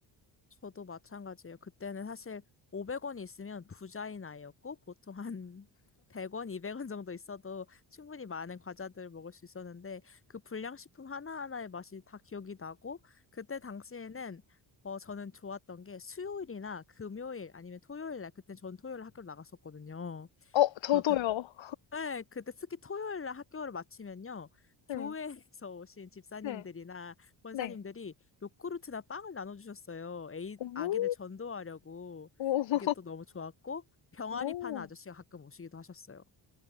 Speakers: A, on the left; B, on the left.
A: 저도 마찬가지예요. 그때는 사실 500원이 있으면 부자인 아이였고 보통 한 <laughs> 100원, 200원 정도 있어도 충분히 많은 과자들을 먹을 수 있었는데 그 불량식품 하나하나의 맛이 다 기억이 나고 그때 당시에는 어, 저는 좋았던 게 수요일이나 금요일 아니면 토요일 날 그때 전 토요일 학교를 나갔었거든요.
B: 어, 저도요.
A: 그렇게 네, 그때 특히 토요일 날 학교를 마치면요.
B: 네,
A: 교회에서 <laughs> 오신 집사님들이나
B: 네,
A: 권사님들이
B: 네.
A: 요구르트나 빵을 나눠주셨어요. 에이,
B: 오,
A: 아기들 전도하려고.
B: 오,
A: 그게
B: <laughs>
A: 또 너무 좋았고, 병아리
B: 오,
A: 파는 아저씨가 가끔 오시기도 하셨어요.